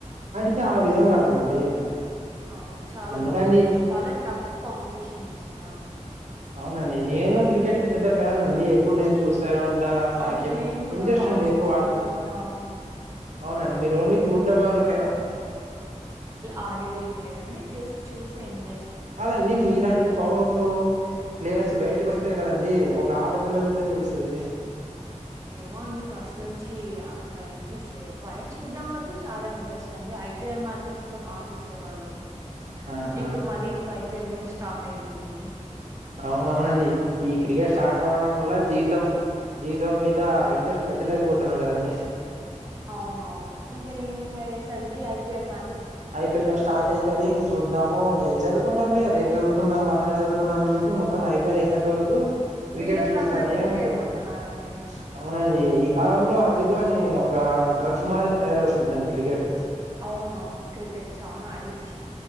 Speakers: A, on the right (about 65°); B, on the right (about 25°).
A: తె ఆ విధంగా ఆడాలండి
B: అవును చాలా
A: అందుకండి
B: బాగా ఆడారు చాలా టఫ్ కాంపిటీషన్ ఇచ్చిన్నారు
A: అవునండి న్ కేటికి పెద్ద ఫ్యాన్ అండి ఇప్పుడు నేను చూస్తానే ఉంటా నాకు
B: అవును మేము కూడా
A: ఇంట్రెస్ట్
B: బాగా
A: అండి ఎక్కువ
B: చూస్తా
A: ఆట
B: ఉంటాం
A: అవునండి
B: ఆ
A: మీరు ఓన్లీ చూడ్డం ఎవరక్
B: ఆడేది ఏం లేదండి జస్ట్ చూసి ఎంజ్
A: కదండిమీలాంటి పౌర్లు ప్లేయర్స్ బయటకోస్తే కదండి ఒక ఆడపిల్ల విలువ తెలిసేది
B: ఏమో అండి ఫస్ట్ నుంచి అంత ఇంట్రెస్ట్ లే పోయా చూడ్డం వరకు చాలా ఇంట్రెస్ట్ అండి ఐపీఎల్ మ్యాచెస్ కూడా బాగా చూసేవాళ్ళం
A: ఆహా
B: ఇప్పుడు మరిీ ఇంకా ఐపిఎల్ కూడా స్టార్ట్ అయితుంది
A: అవునవునండి ఈ క్రికెట్ స్టార్ట్
B: ఆ
A: అవ్వడం వల్ల జీ తం జీవితం మీద ఇంట్రెస్ట్ పెట్టలేకపోతున్నాం కదండీ
B: అవునవును ఇంకా ఈవినింగ్ అయ్యేసరికి ఐపీఎల్ మా
A: ఐపిఎల్ మ స్టార్ట్ అవుతుది ఇంక చూద్దాము ఏం చదువుకుంటాం లే రేపు చదువుకుందాం మ చదువుందామని చెప్పి మొత్తం ఐ పి ల్ అయిపోయిన్ త వరకు క్రికెట్
B: పిల్లలందరూ
A: చూస్తానే
B: ఇట్లే
A: ఏముంటా
B: అయిపోతున్నారండి
A: అవు అవునండి ఈ కాలంలో అదిగా అని ఒక డ్రగ్ మాదిరి తయారవుతుం ందండి క్రికెట్
B: అవునవును క్రికెట్ చాన్ ఆడి